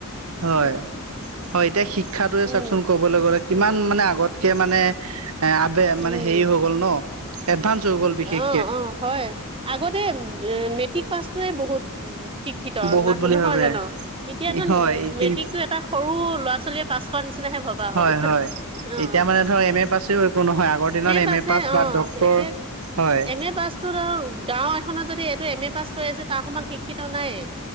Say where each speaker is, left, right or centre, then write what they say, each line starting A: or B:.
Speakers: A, on the right (about 75°); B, on the right (about 25°).
A: হয়-হয় এতিয়া শিক্ষাটোয়ে
B: উম
A: চাওকচোন ক কবলৈ গলে কিমান মানে আগতকে মানে এ আবে মানে
B: উম
A: হেৰি হৈ গ'ল ন এডভান্স হৈ গ'ল বিশেষ
B: অ-অ হয় আগতে মেট্ৰিক পাছটোয়ে বহুত শিক্ষিত
A: বহুত
B: <inaudible>
A: বুলি
B: নহয়
A: ভাবে
B: জানো? এতিয়াতো
A: হয়
B: উ
A: এইখিন
B: মেট্ৰিকটো এটা সৰু ল'ৰা ছোৱালীয়ে পাছ কৰা নিচিনাহে ভবা
A: হয়
B: হ'ল।
A: হয়
B: অ।
A: এতিয়া মানে এম এ পাছেও একো নহয় আগৰ দিনত এম
B: পাছে
A: এ পাছ বা
B: অ',
A: ডক্তৰ
B: এতিয়া
A: হয়।
B: এম এ পাছতো আৰু গাঁও এখনত যদি এইটো এম এ পাছ কৰি আছে তাৰ সমান শিক্ষিত নাইয়ে।